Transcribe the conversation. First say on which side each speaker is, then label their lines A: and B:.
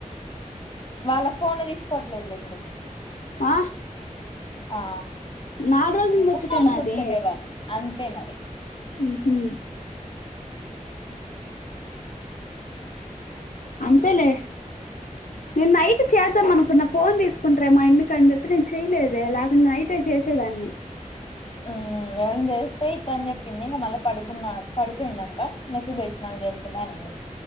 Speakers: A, on the left (about 40°); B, on the left (about 80°).
A: వాళ్ళకి ఫోన్ తీసుకోవట్లేదులే ఇప్పుడు
B: ఆ
A: ఆ
B: నాలుగు రోజుల
A: మూన్నాళ్ళ
B: ముచ్చటేనా
A: ముచ్చటే
B: అది
A: వాళ్ళు అంతే మరి
B: ఉహు అంతేలే నేను నైట్ చేద్దాం అనుకున్న ఫోన్ తీసుకుంటారేమో ఆ అమ్మికి అని చెప్పి నేను చేయలేదే లేకుంటే నైటే చే సేదాన్ని
A: హ్మ్ ఏం చేస్తే ఇట్ట అని చెప్పింది ఇంకా మళ్ళీ పడుకున్న పడుపోయిందంట మెసేజ్ తెచ్చినాక చేస్తదా నేను